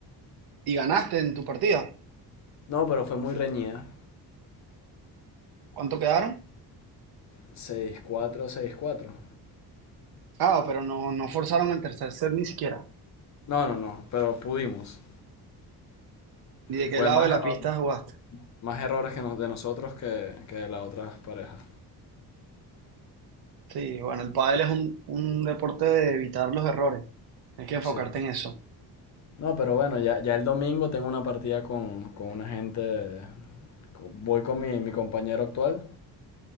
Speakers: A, on the right; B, on the left.
A: Y ganaste en tu partida
B: No, pero fue muy reñida.
A: ¿Cuánto quedaron?
B: seis cuatro seis cuatro
A: Ah, pero no, no forzaron el tercer set ni siquiera.
B: No, no, no, pero pudimos.
A: ¿Y de
B: Fue
A: qué lado
B: más
A: de la
B: error,
A: pista jugaste?
B: más errores que nos- de nosotros que, que de las otras parejas.
A: Sí, bueno, el pádel es un, un deporte de evitar los errores. Hay que enfocarte
B: Sí.
A: en eso.
B: No, pero bueno, ya, ya el domingo tengo una partida con, con una gente. con- Voy con mi, mi compañero actual